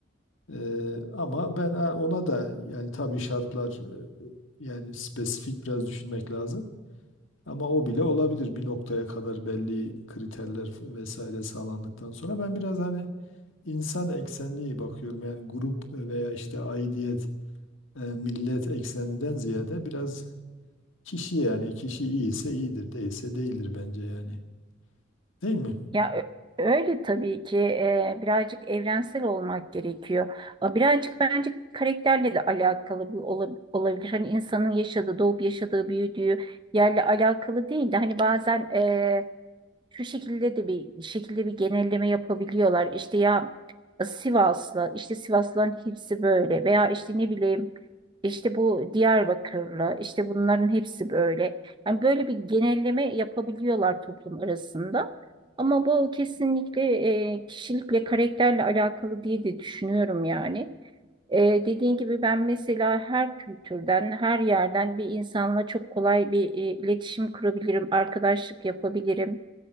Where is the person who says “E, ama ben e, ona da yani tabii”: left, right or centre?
Left